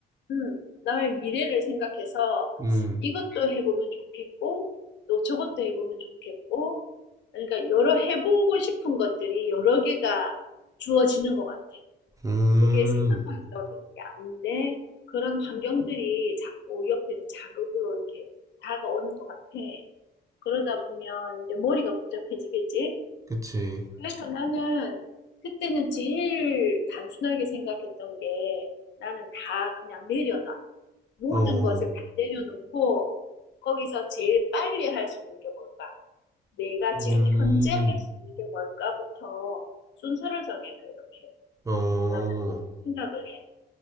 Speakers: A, on the left (about 65°); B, on the right (about 15°).
A: 음, 나의 미래를 생각해서
B: 음,
A: 이것도 해보면 좋겠고, 또 저것도 해보면 좋겠고, 그러니까 여러 해보고 싶은 것들이 여러 개가 주어지는 것 같아.
B: 음,
A: 그게 생각만 넣는 게 아닌데, 그런 환경들이 자꾸 옆에서 자극으로 이렇게 다가오는 것 같아. 그러다 보면 이제 머리가 복잡해지겠지?
B: 그치.
A: 그래서 나는 그때는 제일 단순하게 생각했던 게 나는 다 그냥 내려놔. 모든
B: 어,
A: 것을 다 내려놓고 거기서 제일 빨리 할 수 있는 게 뭘까? 내가
B: 음,
A: 지금 현재 할 수 있는 게 뭘까부터 순서를 정해서 이렇게
B: 어, 어,
A: 나는 생각을 해.